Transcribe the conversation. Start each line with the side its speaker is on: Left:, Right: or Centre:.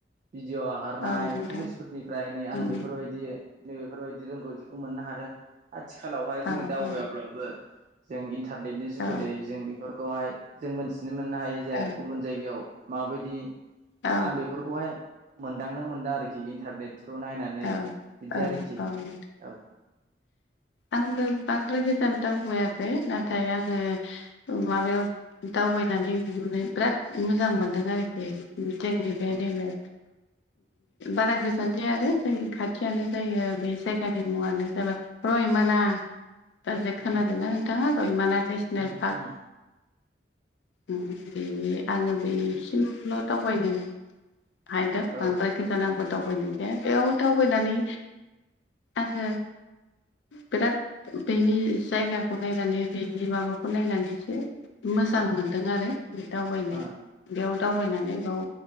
Right: भिडिअ आगारनाय
Left: औ नोंथां
Right: टुरिस्टफोरनिफ्राय नै आं
Left: उम
Right: बेफोरबायदि। नैबेफोरबायदि रोंगौथिखौ मोननो हादों। आथिखालाव हाय
Left: औ
Right: जोङो दावबायाब्लाबो
Left: औ
Right: जों इन्टारनेटनि
Left: औ
Right: जुगुदै जों बेफोर खौ हाय जों मोनथिनो मोननो हायो जे
Left: औ
Right: गुबुन जायगायाव माबायदि।
Left: औ
Right: आं बेफोरखौ हाय मोनदांनो मोनदों आरोखि इन्टारनेट बिखौ नायनानै
Left: औ
Right: इदि
Left: औ
Right: आरोखि
Left: औ नोंथां
Right: औ
Left: आंबो बांद्राय गोजान दावबायाखै नाथाय आङो माबायाव दावबायनानै बिहुननो बिराद मोजां मोनदों आरोखि जोंनि बे
Right: उम
Left: नैबे बारा गोजान जाया आरो जोंनि खाथियानो जायो बे जायगानि मुङानो जाबाय रयमना ओरै जाय खोनादोंना
Right: उम
Left: नोंथाङा रयमना नेसनेल
Right: उम
Left: पार्क?
Right: उम
Left: उम बे आङो बेसिमल' दावबायनो हायदों
Right: औ
Left: बांद्राय
Right: ओ
Left: गोजानांगबो दावबायनाय बेयाव दावबायनानै आङो बिराद बेनि जायगाखौ नायनानै बेनि माबाखौ नायनानैसो मोजां मोनदों आरो बे दावबायनो
Right: ओ
Left: बेयाव दावबायनानै बेयाव